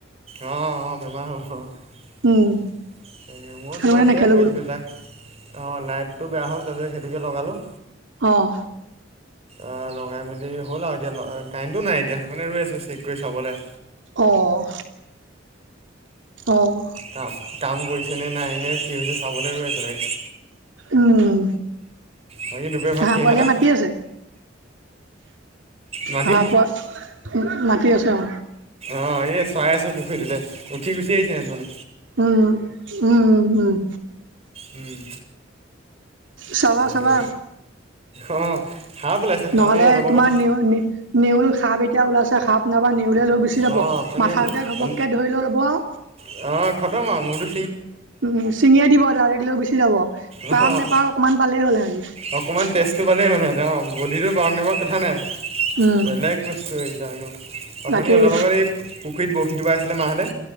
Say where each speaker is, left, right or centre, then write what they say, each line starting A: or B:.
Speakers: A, on the right (about 35°); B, on the right (about 80°).
A: অ অ বেমাৰ হ'ব। মই
B: উম সেইটো
A: তোমাৰ
B: কাৰণে
A: সেয়াই
B: নেখেলো
A: কৰিছিলো
B: বোলো
A: তাক। অ লাইটটো বেয়া হ'ল তাৰপিছত সেইটোকে লগালো।
B: অহ।
A: অ লগাই মেলি হ'ল আও এতিয়া কাৰেনটোও নাই সেটোকাৰণে ৰৈ আছো চেক কৰি চাবলে।
B: অঁ অঁ।
A: কাম কাম কৰিছে নে নাই নে কি হৈছে চাবলে ৰৈ আছে তাইক।
B: উম
A: বাকী দুপৰীয়া ভাত
B: হাঁহ
A: কিহে
B: পোৱালীয়ে
A: খালা
B: মাতি আছে।
A: মাটি
B: হাহবোৱা উ মাতি আছে উ
A: অ এ চাই আছো পুখুৰীটোতে উঠি গুচি আহিছে হিহত মানে।
B: উম উম উ উম।
A: উম।
B: চাবা
A: তাকে
B: চাবা।
A: অ সাপ ওলাইছে সাপ
B: নহ'লে
A: এই অলপ আগত
B: তোমাৰ নেউ নেউল সাপ এতিয়া ওলাইছে সাপ নাবা। নিউলে লৈ গুচি যাব
A: অ অথনি
B: মাথাটোতে ঘপককে ধৰি লৈ ল'ব আও
A: অ', খতম আৰু মোৰতো
B: উম ছিঙিয়ে দিব ডাইৰেক্ট লৈ গুচি যাব
A: অ',
B: পাওক নেপাওক। অকমান পালেই হ'ল হিহতি
A: অকণমান <unintelligible> বডিটো পাও নাপাও কথা নাই
B: উম
A: বেলেগ বস্তু এইকেইটা এনেও অথনি
B: তাকেই
A: অলপ আগতে এই পুখুৰীত বৰশীটোপাই আছিলে মাহঁতে,